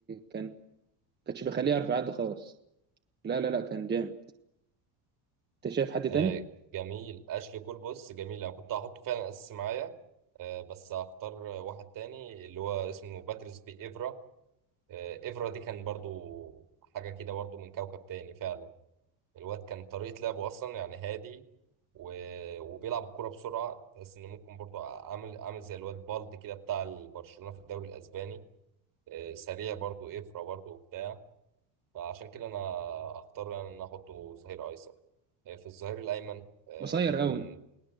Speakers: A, on the right; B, on the right.
A: كان كانش بيخليه يعرف يعدي خالص لا لا لا كان جامد انت شايف حد
B: آه،
A: تاني
B: جميل اشلي كول بص جميل انا كنت هحطه فعلا اساسي معايا آه، بس هختار واحد تاني اللي هو اسمه باتريس بي ايفرا آه، افرا دي كان برضو حاجة كده برضو من كوكب تاني فعلا الواد كان طريقة لعبه أصلا يعني هادي و... وبيلعب الكرة بسرعة تحس إن ممكن برضو عامل عامل زي الواد بالدي كده بتاع برشلونة في الدوري الأسباني آه، سريع برضو إفرا برضو وبتاع فعشان كده أنا أختار يعني إن أنا أحطه ظهير أيسر آه، في الظهير الأيمن آه،
A: قصير
B: ممكن
A: قوي